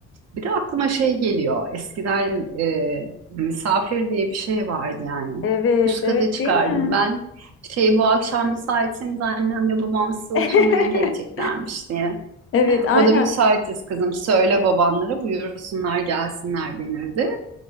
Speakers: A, on the right (about 55°); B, on the left (about 45°).
A: Bir de aklıma şey geliyor. Eskiden e, misafir diye bir şey vardı yani.
B: evet,
A: Üst
B: evet
A: kata çıkardım
B: değil mi?
A: ben. Şey bu akşam müsaitseniz annemle babam size
B: <laughs>
A: oturmaya geleceklermiş diye.
B: Evet, aynen.
A: O da müsaitiz kızım. Söyle babanlara buyursunlar gelsinler denirdi.